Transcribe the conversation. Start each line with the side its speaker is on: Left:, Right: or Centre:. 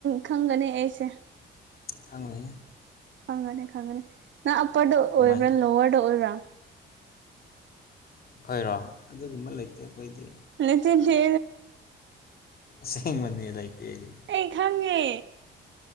Right: ꯈꯪꯒꯅꯤ ꯑꯩꯁ
Left: ꯐꯉꯅꯦ
Right: ꯈꯪꯒꯅꯤ ꯈꯪꯒꯅꯤ ꯅꯪ ꯑꯞꯄꯔꯗ ꯑꯣꯏꯕ꯭ꯔꯥ
Left: ꯀꯃꯥꯏ
Right: ꯂꯣꯋꯔꯗ ꯑꯣꯏꯕ꯭ꯔꯥ
Left: ꯈꯣꯏꯔꯣ ꯑꯗꯨꯒꯨꯝꯕ ꯂꯩꯇꯦ ꯑꯩꯈꯣꯏꯗꯤ
Right: ꯂꯆꯁꯤ
Left: ꯁꯤ ꯃꯅꯤ ꯂꯩꯥꯏꯇꯦꯅ
Right: ꯑꯩ ꯈꯪꯉꯦ